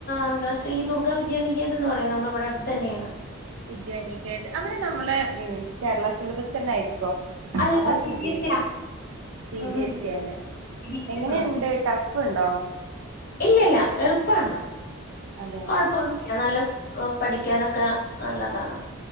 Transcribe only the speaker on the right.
വിദ്യാനികേതം അവിടെ നമ്മളെ ഉം കേരള സിലബസ് തന്നൊയിരിക്കോ
അതാ സി ബി
എസിയ
സി
ബി എസി ഇ യാണ്
എങ്ങനെയുണ്ട് ട്ടഫ് ഫുണ്ടോ
അതെ